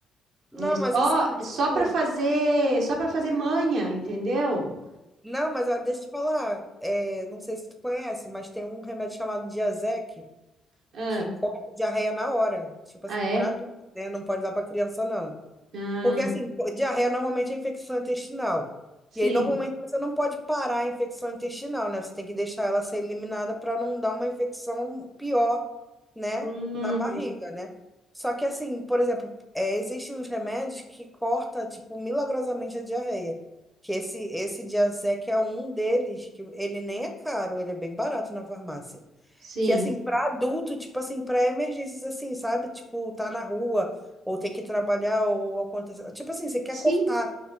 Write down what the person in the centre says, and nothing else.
Não,
mas assim,
tipo,
não, mas ó, deixa eu te falar, é, não sei se tu conhece, mas tem um remédio chamado Diazec
que corta diarreia na hora. Tipo
assim,
pra, adulto, né? Não pode dar pra criança, não.
Porque, assim, diarreia normalmente é infecção intestinal.
E aí, normalmente, você não pode parar a infecção intestinal, né? Você tem que deixar ela ser eliminada para não dar uma infecção pior, né?
Na barriga, né? Só que, assim, por exemplo, é, existem uns remédios que corta, tipo, milagrosamente a diarreia. Que esse, esse Diazec é um deles, que ele nem é caro, ele é bem barato na farmácia.
Que assim, pra adulto, tipo assim, pra emergências assim, sabe? Tipo, tá na rua, ou tem que trabalhar, ou acontece. Tipo assim, você quer
cortar